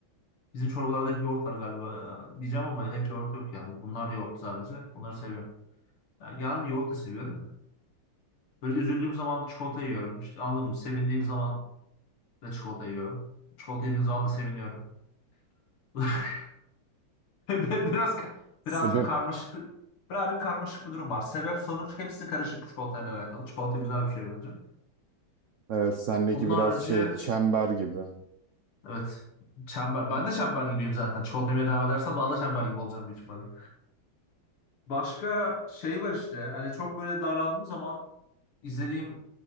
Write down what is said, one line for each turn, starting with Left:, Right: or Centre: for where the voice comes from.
Left: Bizim çorbalarda hep yoğurt var galiba. Ee, Diyeceğim ama hep yoğurt yok yani. Bunlar yoğurt sadece. Onları seviyorum. Yani genelde yoğurt da seviyorum. Böyle üzüldüğüm zaman çikolata yiyorum. İşte anladın mı? Sevindiğim zaman da çikolata yiyorum. Çikolata yediğim zaman da seviniyorum. <laughs> Biraz
Right: sebep
Left: birazcık karmaşık bir- birazcık karmaşık bir durum var. Sebep sonuç hepsi karışık çikolatayla alakalı. Çikolata güzel bir şey bence.
Right: Evet sendeki
Left: Bunun
Right: biraz
Left: harici
Right: şey çember gibi.
Left: evet çember. Ben de çember gibiyim zaten. Çikolata yemeye devam edersem daha da çember gibi olacağım büyük ihtimalle. Başka şey var işte. Hani çok böyle darlandığım zaman izlediğim